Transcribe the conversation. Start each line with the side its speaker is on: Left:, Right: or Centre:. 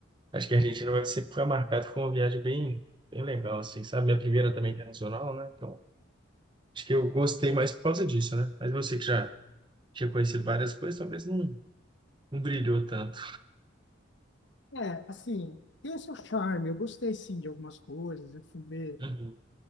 Right: acho que a Argentina vai sempre foi marcado por uma viagem bem, bem legal, assim, sabe? Minha primeira também internacional, né? Então, acho que eu gostei mais por causa disso, né? Mas você que já tinha conhecido várias coisas, talvez não, não brilhou tanto.
Left: É, assim, tem o seu charme. Eu gostei, sim, de algumas coisas. Eu fui ver
Right: Uhum.